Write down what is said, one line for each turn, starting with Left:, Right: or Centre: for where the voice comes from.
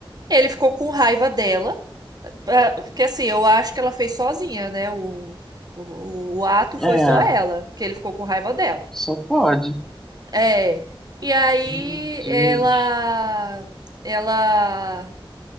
Right: Ele ficou com raiva dela Ah, Porque assim, eu acho que ela fez sozinha, né? O, o, o ato foi
Centre: é,
Right: só ela, que ele ficou com raiva dela.
Centre: só pode.
Right: É. E aí
Centre: Meu Deus.
Right: ela, ela,